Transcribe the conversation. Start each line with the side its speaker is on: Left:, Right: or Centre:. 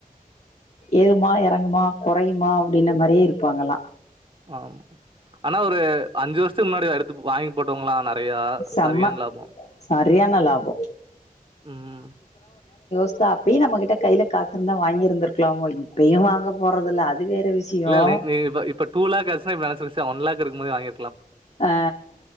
Left: ஏறுமா இறங்குமா குறயுமா அபடின மாரியே இருபாங்கலா
Right: ஆமா ஆனா ஒரு அஞ்சு வருஷதுகு முனாடி எடுது வாங்கி போடவங்களா நெறய
Left: செம்ம
Right: சரியான லாபம்
Left: சரியான லாபோ
Right: ம்
Left: சோ அப்படியே நம கிட கையில காசு இருந்தா வாங்கிருந்திருக் லாமோ இப்பயு வாங்க போறதில்ல அது வேற விஷயோ
Right: இல நீப்ப இப்ப டூ லேக் ஆச்சு இப்ப நினச ஒன் லேக் இருகும்போது வாங்க
Left: அ